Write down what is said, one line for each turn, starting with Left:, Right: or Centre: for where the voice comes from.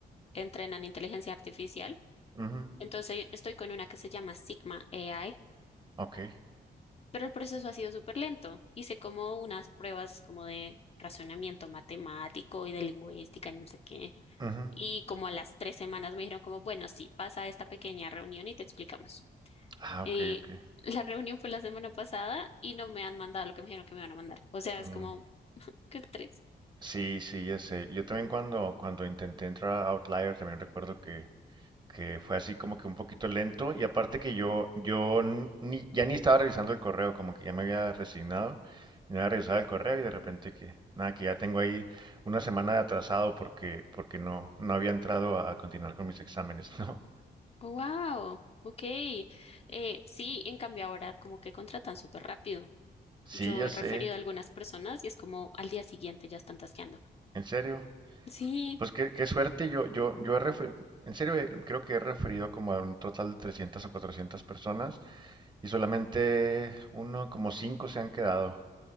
Left: entrenan inteligencia artificial.
Right: ujú,
Left: Entonces estoy con una que se llama Sigma AI.
Right: Ok.
Left: pero el proceso ha sido súper lento. Hice como unas pruebas como de razonamiento matemático y de lingüística y no sé qué.
Right: ujú.
Left: Y como a las tres semanas me dijeron como, bueno, sí, pasa a esta pequeña reunión y te explicamos.
Right: Ah,
Left: Y
Right: ok, ok.
Left: la reunión fue la semana pasada y no me han mandado lo que me dijeron que me van a mandar. O sea,
Right: Mm.
Left: es como, ¿qué tres?
Right: Sí, sí, ya sé. Yo también cuando, cuando intenté entrar a Outlier también recuerdo que, que fue así como que un poquito lento y aparte que yo, yo n- ni, ya ni estaba revisando el correo, como que ya me había resignado y no había revisado el correo y de repente que, nada, que ya tengo ahí una semana de atrasado porque, porque no, no había entrado a, a continuar con mis exámenes, <laughs> ¿no?
Left: Wow, ok. Eh, sí, en cambio ahora como que contratan súper rápido.
Right: Sí,
Left: Yo
Right: ya
Left: he
Right: sé,
Left: referido a algunas personas y es como al día siguiente ya están tasqueando.
Right: en serio.
Left: Sí,
Right: Pues qué, qué suerte, yo, yo, yo he referido, en serio, eh, creo que he referido como a un total de 300 o 400 personas. y solamente uno, como cinco se han quedado.